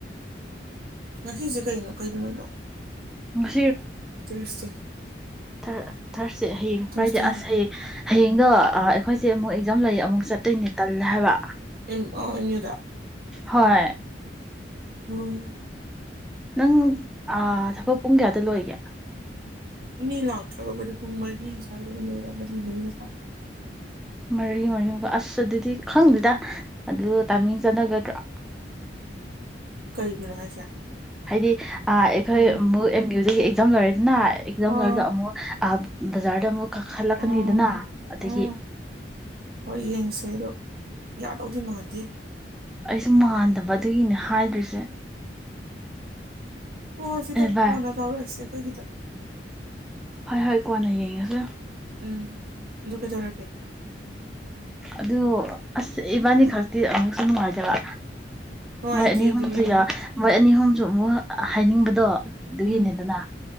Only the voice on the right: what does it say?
ꯉꯁꯤꯁꯦ ꯀꯩꯅꯣ ꯀꯩ ꯅꯨꯣꯃꯤꯠꯅꯣ
ꯇꯨꯏꯗꯦ
ꯊ꯭ꯔꯁꯗꯦ
ꯑꯦꯝ ꯑꯣ ꯑꯦꯝ ꯌꯨꯗ
ꯎꯝ
ꯃꯤ ꯂꯥꯛꯇ꯭ꯔꯕꯨꯗꯤ ꯄꯨꯡ ꯃꯔꯤ ꯁꯥꯏꯗ ꯑꯗꯨꯝ ꯂꯣꯏꯔꯦ ꯃꯔꯤ ꯃꯔꯤꯃꯈꯥꯏ
ꯀꯒꯤꯅꯣ ꯍꯥꯏꯁꯦ
ꯑꯣ
ꯑꯥ
ꯑꯣ
ꯎꯝ ꯍꯣꯏ ꯌꯦꯡꯁꯦ ꯑꯗꯣ ꯌꯥꯗꯧꯗꯤ ꯃꯟꯗꯦ
ꯍ ꯁꯤꯗ
ꯀꯣꯅ ꯇꯣꯔꯁꯦ ꯑꯩꯈꯣꯏꯒꯤꯗ
ꯎꯝ ꯂ ꯀꯗꯔꯀꯦ
ꯅꯨꯡꯉꯥꯏꯇꯦ
ꯑꯗꯨꯅꯦ
ꯎꯝ